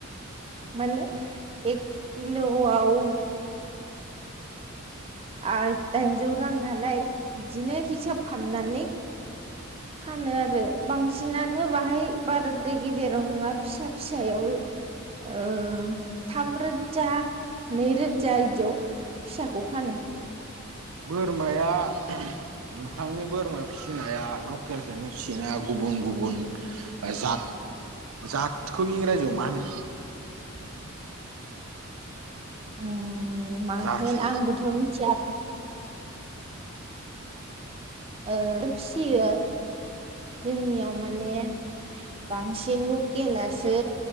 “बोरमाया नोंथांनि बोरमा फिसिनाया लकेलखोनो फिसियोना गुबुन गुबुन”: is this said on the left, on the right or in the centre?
Right